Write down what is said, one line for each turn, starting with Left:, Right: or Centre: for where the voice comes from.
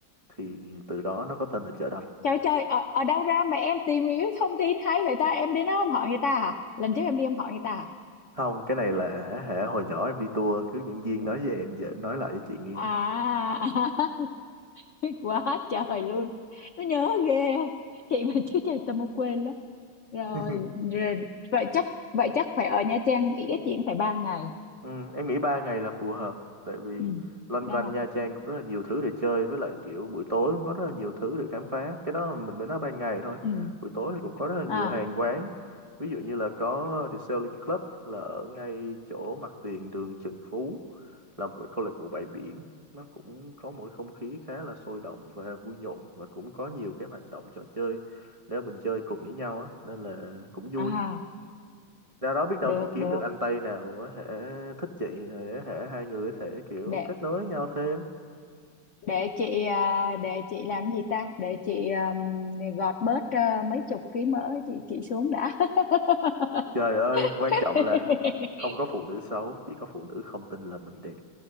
Right: thì từ đó nó có tên là chợ đầm
Left: trời trời ở, ở đâu ra mà em tìm những cái thông tin hay vậy ta em đến đó không hỏi người ta à lần trước em đi em hỏi người ta
Right: không cái này là hả hồi nhỏ em đi tour cứ dẫn viên nói với em giờ em nói lại cho chị nghe
Left: à à <laughs> biết quá trời luôn nó nhớ ghê không chị mà chứ trời tao mau quên lắm rồi,
Right: <laughs>
Left: rồi vậy chắc vậy chắc phải ở Nha Trang ít nhất chị cũng phải ba ngày
Right: Ừ, em nghĩ ba ngày là phù hợp tại vì
Left: ừ
Right: loanh
Left: ba
Right: quanh
Left: ngày
Right: Nha Trang cũng rất là nhiều thứ để chơi với lại kiểu buổi tối cũng có rất là nhiều thứ để khám phá cái đó mình mới nói ban ngày thôi
Left: ừ
Right: buổi tối thì cũng có rất là nhiều
Left: à
Right: hàng quán ví dụ như là có The Sailing Club là ở ngay chỗ mặt tiền đường Trần Phú là một cái câu lạc bộ bãi biển nó cũng có một cái không khí khá là sôi động và vui nhộn và cũng có nhiều cái hoạt động trò chơi để mình chơi cùng với nhau á nên là cũng vui
Left: à
Right: ra đó biết đâu
Left: được
Right: chị kiếm
Left: được
Right: được anh Tây nào có thể thích chị để hả hai người có thể kiểu
Left: để
Right: kết nối nhau thêm
Left: để chị à, để chị làm gì ta để chị um, gọt bớt à, mấy chục ký mỡ chị chị xuống đã <laughs>
Right: trời ơi quan
Left: <laughs>
Right: trọng là không có phụ nữ xấu chỉ có phụ nữ không tin là mình đẹp